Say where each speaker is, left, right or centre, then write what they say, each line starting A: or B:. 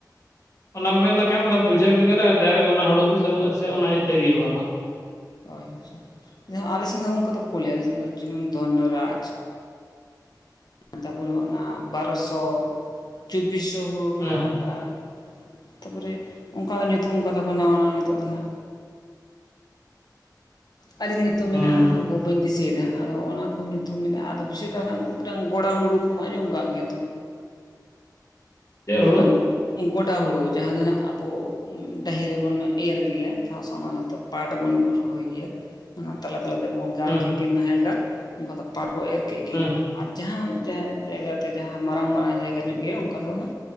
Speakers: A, on the left; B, on the left.
A: ᱚᱱᱟ ᱢᱮᱱ ᱞᱮᱠᱷᱟᱱ ᱚᱱᱟ ᱵᱩᱡᱷᱟᱹᱣ ᱵᱷᱜᱟᱨᱟ ᱰᱟᱭᱨᱮᱠᱴ ᱚᱱᱟ ᱦᱩᱲᱩ ᱜᱮ ᱥᱮ ᱥᱮ ᱚᱱᱟ ᱤᱛᱟᱹ ᱜᱮᱭ ᱮᱢᱟᱢᱟ
B: ᱟᱪᱪᱷᱟ ᱟᱞᱮ ᱥᱮᱱ ᱫᱚ ᱚᱱᱠᱟ ᱫᱚ ᱵᱟᱝ ᱠᱚ ᱞᱟᱹᱭᱼᱟ ᱡᱮᱢᱚᱱ ᱫᱷᱚᱱᱱᱚ ᱨᱟᱡ ᱛᱟᱯᱚᱨᱮ ᱚᱱᱟ ᱵᱟᱨᱚᱥᱚ ᱪᱚᱵᱵᱤᱥᱚ ᱦᱩᱲᱩ ᱢᱮᱱᱟᱜ
A: ᱦᱮᱸ
B: ᱟᱠᱟᱜᱼᱟ᱾ ᱛᱟᱨᱯᱚᱨᱮ ᱚᱱᱠᱟ ᱧᱩᱛᱩᱢ ᱠᱟᱫᱟ ᱠᱚ ᱱᱟᱣᱟ ᱱᱟᱣᱟ ᱱᱤᱛᱚᱜᱱᱟ᱾ ᱟᱹᱰᱤ ᱜᱤ ᱧᱩᱛᱩᱢ
A: ᱦᱩᱸ
B: ᱢᱮᱱᱟᱜᱼᱟ ᱵᱟᱹᱧ ᱫᱤᱥᱟᱹᱭᱮᱫᱟ ᱟᱫᱚ ᱚᱱᱟ ᱠᱚ ᱧᱩᱛᱩᱢ ᱢᱮᱱᱟᱜᱼᱟ ᱟᱫᱚ ᱵᱮᱥᱤᱨ ᱵᱷᱟᱜᱽ ᱢᱤᱫ ᱴᱟᱝ ᱜᱚᱲᱟ ᱦᱩᱲᱩ ᱠᱚᱢ ᱟᱸᱡᱚᱢ ᱠᱟᱫ ᱜᱮᱭᱟ ᱛᱚ?
A: ᱪᱮᱫ ᱦᱩᱲᱩ
B: ᱚᱱᱟ ᱜᱚᱰᱟ ᱦᱩᱲᱩ ᱡᱟᱦᱟᱸ ᱫᱚ ᱱᱟᱦᱟᱜ ᱟᱵᱚ ᱰᱟᱹᱦᱤ ᱨᱮᱵᱚᱱ ᱮᱨ ᱜᱮᱭᱟ ᱛᱷᱚ ᱥᱚ ᱦᱚᱛᱚ ᱯᱟᱴ ᱵᱚᱱ ᱨᱚᱦᱚᱭ ᱜᱮᱭᱟ ᱚᱱᱟ ᱛᱟᱞᱟ ᱛᱟᱞᱟ ᱛᱮᱵᱚᱱ᱾ ᱜᱟᱨ
A: ᱦᱮᱸ
B: ᱠᱮᱫ ᱜᱮ ᱱᱟᱦᱮᱞ ᱜᱟᱨ ᱱᱚᱝᱠᱟ ᱫᱚ ᱯᱟᱴ ᱵᱚ ᱮᱨ ᱠᱮᱫ ᱜᱮ
A: ᱦᱮᱸ
B: ᱟᱨ ᱡᱟᱦᱟᱸ ᱡᱟᱦᱟᱸ ᱡᱟᱭᱜᱟᱛᱮ ᱡᱟᱦᱟᱸ ᱢᱟᱨᱟᱝ ᱢᱟᱨᱟᱝ ᱡᱟᱭᱜᱟ ᱧᱚᱜ ᱜᱮᱭᱟ ᱚᱱᱠᱟ ᱫᱚ ᱚᱱᱟ